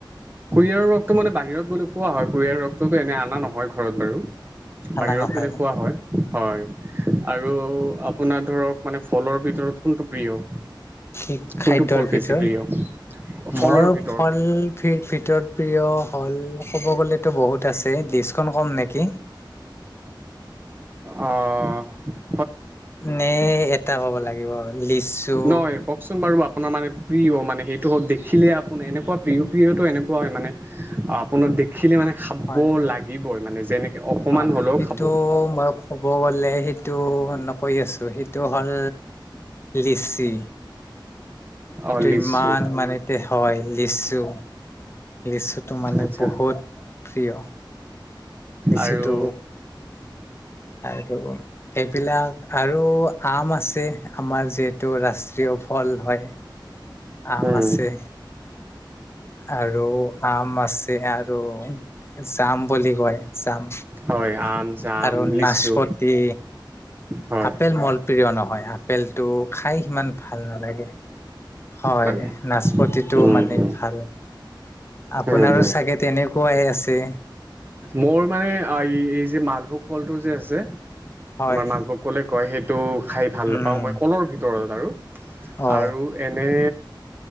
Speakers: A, on the right; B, on the left.
A: কুঁহিয়াৰ ৰসটো মানে বাহিৰত বুলি কুওোৱা হয় কুঁহিয়াৰ ৰসটোতো এনে অনা নহয় ঘৰত বাৰু
B: খানা
A: বাহিৰত
B: নহয়
A: গলে
B: ন
A: খোৱা হয় হয় আৰু আপোনাৰ ধৰক মানে ফলৰ ভিতৰত কোনটো প্ৰিয়
B: কি খাদ্যৰ
A: কোনটো ফল
B: ভিতৰত
A: বেছি প্ৰিয় ফলৰ
B: মোৰ
A: ভিতৰত
B: ফল ভ ভিতৰত প্ৰিয় হল ক'ব গলেতো বহুত আছে কম নেকি।
A: অ, '।
B: নে এটা ক'ব লাগিব লিচু
A: নহয়, কওঁকচোন বাৰু আ আপোনাৰ মানে প্ৰিয়, মানে সেইটো হওঁক দেখিলে আপুনি এনেকুৱা প্ৰিয় প্ৰিয়টো এনেকুৱা হয় মানে আপোনাক দেখিলে মানে খাব
B: হয়,
A: লাগিবই মানে যেনেকে অকমান
B: হয়।
A: হ'লেও
B: সেইটো
A: খাব
B: মই ক'ব গ'লে সেইটো নকৈ আছো। সেইটো হ'ল লিচি। সেইটো
A: অ লিচু
B: ইমান মানেতে হয় লিচু লিচুটো মানে
A: আচ্ছা
B: বহুত প্ৰিয় লিচুটো
A: আৰু
B: আৰু এই বিলাক আৰু আম আছে। আমাৰ যিহেতু ৰাষ্ট্ৰীয় ফল হয় আম
A: উম
B: আছে। আৰু আম আছে, আৰু জাম বুলি কয়, জাম।
A: হয়। আম, জাম,
B: আৰু
A: লিচু।
B: নাচপতি
A: হয়
B: আপেল মোৰ প্ৰিয় নহয়। আপেল টো খাই ইমান ভাল নালাগে। হয়
A: মানে
B: নাচপতিটো
A: উম
B: মানে
A: হুম
B: ভাল আপোনাৰো
A: উম হুম
B: চাগে তেনেকুৱাই আছে।
A: মোৰ মানে এই যে মালভোগ কলটো যে আছে।
B: হয়
A: আমাৰ মালভোগ কলে কয় সেইটো খাই ভাল
B: উম
A: পাওঁ মই কলৰ ভিতৰত আৰু।
B: অ
A: আৰু এনে